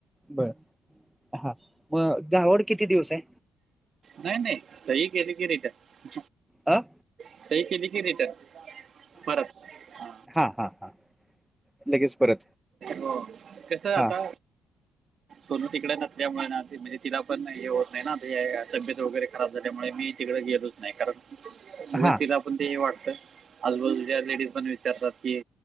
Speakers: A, in the centre; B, on the right.
A: बर हा मग गावाकड किती दिवसय.
B: नाही नाही सही केली की रिटन
A: आ
B: सही केली कि रिटन परत हा
A: हा हा हा लगेच परत
B: हो कस
A: हा
B: आता <inaudible> सोनू तिकडे नसल्यामुळे ना म्हणजे तिला पण हे होत नाही ना तब्येत वगैरे खराब झाल्यामुळे मी तिकड गेलोच नाही कारण उगाच
A: हा
B: तिला पण ते हे वाटतं आजूबाजूच्या लेडीज पण विचारतात की